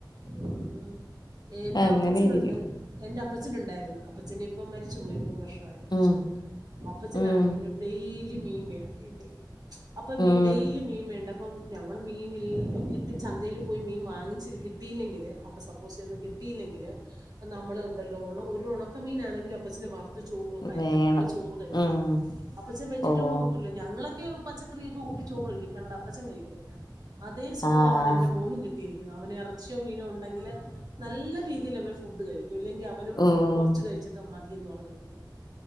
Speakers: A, on the right; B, on the left.
A: ഉം എന്റെ
B: അങ്ങനെ
A: അപ്പച്ചനുണ്ട്
B: ഇരിക്കും.
A: എന്റെ അപ്പച്ചനുണ്ടായിരുന്നു അപ്പച്ചന് ഇപ്പം മരിച്ചു പോയി മൂന്ന് വർഷമായി മരിച്ചു
B: ഉം
A: പോയിട്ട് അപ്പച്ചനാണെങ്കില്
B: ഉം
A: ഡെയിലി മീൻ വേണം വീട്ടില് അപ്പൊ
B: ഉം
A: മീൻ ഡെയിലി മീൻ വേണ്ട പ്പം ഞങ്ങള് മീനിൽ കിട്ടി ചന്തയില് പോയി മീൻ വാങ്ങിച്ചിട്ട് കിട്ടി ട്ടീല്ലെങ്കില് അവിടെ സപ്പോസ് ഇന്ന് കിട്ടിയില്ലെങ്കില് നമ്മള് ഉണ്ടല്ലോ ഉണ ഒരു ഒണക്കമീനാണെങ്കിലും അപ്പച്ചന് വറുത്ത് ചോ കഴിക്കണം
B: വേണം.
A: അല്ലേ ചോറ് കഴിക്കൂല്ല
B: ഉം
A: അപ്പച്ചൻ വെജിറ്റബിൾ
B: ഓഹ്
A: കൂട്ടൂല ഞങ്ങളൊക്കെ പച്ചക്കറിയൊക്കെ കൂട്ടി ചോറ് കഴിയ്ക്കും ഞങ്ങടെ അപ്പച്ചൻ കഴിക്കത്തില്ല അതേ സ്വഭാവാണ്
B: ആഹ്
A: എന്റെ മോനും കിട്ടിയിരിക്കുന്നെ അവനെ എർ റച്ചിയോ മീനോ ഉണ്ടെങ്കില് നല്ല രീതിയില് അവൻ ഫുഡ് കഴിക്കും ഇല്ലെങ്കിൽ അവനും
B: ഉം
A: കുറച്ച് കഴിച്ചിട്ട ട്ട് മതിയന്ന് പറഞ്ഞങ് പോകും